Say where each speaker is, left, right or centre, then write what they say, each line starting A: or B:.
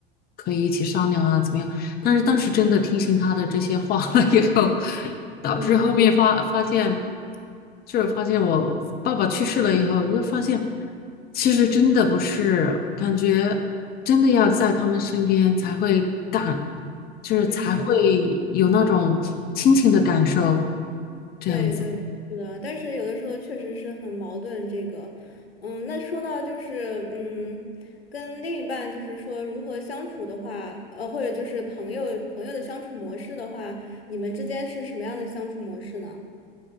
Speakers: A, on the left; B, on the left.
A: 可以一起商量啊，怎么样？但是当时真的听信他的这些话了以后，导致后面发发现，
B: 嗯
A: 就是发现我爸爸去世了以后，就发现其实真的不是，感觉真的要在他们身边才会感，就是才会
B: 嗯。
A: 有那种亲情的感受，这样子。
B: 对对，是的，但是有的时候确实是很矛盾。这个，嗯，那说到就是，嗯，跟另一半就是说如何相处的话，呃，或者就是朋友朋友的相处模式的话，你们之间是什么样的相处模式呢？